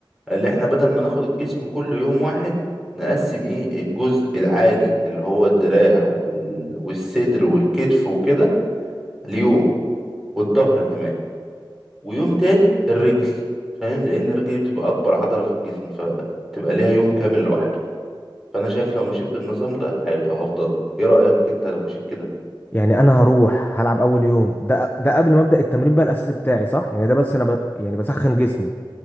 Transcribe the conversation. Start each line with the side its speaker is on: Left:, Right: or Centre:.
Centre: اللي احنا بدل ما ناخد الجسم كله يوم واحد نقسم ايه الجزء العالي اللي هو الدراع وال... والصدر والكتف وكده ليوم والظهر كمان ويوم تاني الرجل فاهم لان الرجل دي بتبقى اكبر عضله في الجسم فتبقى ليها يوم كامل لوحده فانا شايف لو مشيت بالنظام ده هيبقى افضل لك ايه رايك انت لو مشيت كده
Left: يعني انا هروح هلعب اول يوم ده ده قبل ما ابدا التمرين بقى الاساسي بتاعي صح يعني ده بس انا ب... يعني بسخن جسمي